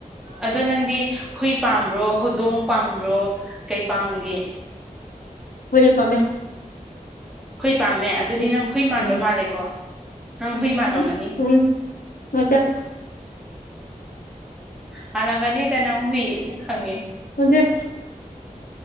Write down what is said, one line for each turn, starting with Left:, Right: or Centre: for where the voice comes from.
Centre: ꯑꯗꯣ ꯅꯪꯗꯤ ꯍꯨꯏ ꯄꯥꯝꯕ꯭ꯔꯣ ꯍꯧꯨꯗꯣꯡ ꯄꯥꯝꯕ꯭ꯔꯣ ꯀꯩ ꯄꯥꯝꯒꯦ
Left: ꯍꯨꯏ ꯄꯥꯝꯃꯦ
Centre: ꯍꯨꯏ ꯄꯥꯝꯃꯦ ꯑꯗꯨꯗꯤ
Left: ꯋꯦ
Centre: ꯅꯪ ꯍꯨꯏ ꯃꯥꯟꯕ
Left: ꯎꯝ
Centre: ꯃꯥꯜꯂꯦꯀꯣ ꯅꯪ
Left: ꯎꯝ
Centre: ꯍꯨꯏ ꯃꯥꯜꯂꯝꯒꯅꯤ
Left: ꯎꯝ ꯅꯠꯇꯦ
Centre: ꯃꯥꯜꯂꯝꯒꯅꯤꯗ ꯅꯪ ꯍꯨꯏ ꯑꯩꯅ ꯈꯪꯉꯦ
Left: ꯍꯧꯦ <unintelligible>